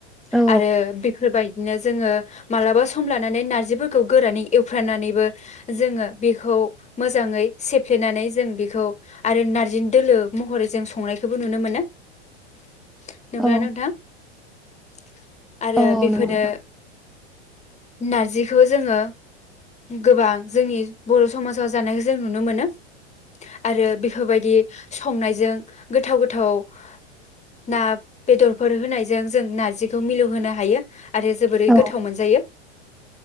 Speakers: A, in the centre; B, on the left.
A: औ
B: आरो बेफोरबाय दिनो जोङो मालाबा सम लानानै नारजिफोरखौ गोरानै एवफ्रानानैबो जोङो बेखौ मोजाङै सेफ्लेनानै जों बेखौ आरो नारजिन दोलो महरै जों संनायखोबो नुनो मोनो। नोंगौना
A: औ
B: नोंथां? <unintelligible> आरो
A: औ
B: बेफोरो
A: नंगौ नोंथां
B: नारजिखौ जोङो गोबां जोंनि बर समाजाव जानायखौ जों नु नो मोनो। आरो बेफोरबायदि संनायजों गोथाव गोथाव ना बेदरफोर होनायजों जों नारजिखौ मिलौ होनो हायो। आरो जोबोरै
A: औ
B: गोथाव मोनजायो।